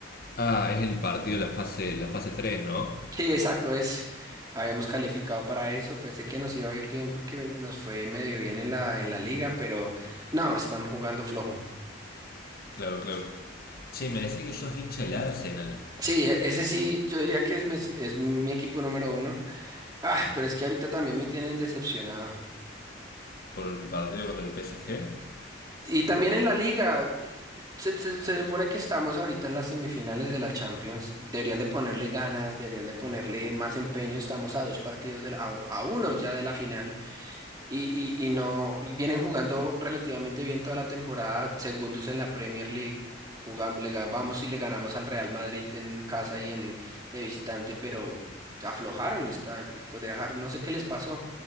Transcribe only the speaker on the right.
Sí, exacto, es, habíamos calificado para eso, pensé que nos iba a ir bien porque nos fue medio bien en la, en la liga, pero no, están jugando flojo.
Sí, e- ese sí, yo diría que es, mes- es mi equipo número uno. Ah, pero es que ahorita también me tienen decepcionado.
Y también en la liga, eh, se, se- se supone que estamos ahorita en las semifinales de la Champions. Deberían de ponerle ganas, deberían de ponerle más empeño. Estamos a dos partidos de la- a, a uno ya de la final. Y, y, y no vienen jugando relativamente bien toda la temporada, segundos en la Premier League. Jugamos, le gan- vamos y le ganamos al Real Madrid en casa y en de visitante, pero aflojaron esta, dejar, no sé qué les pasó.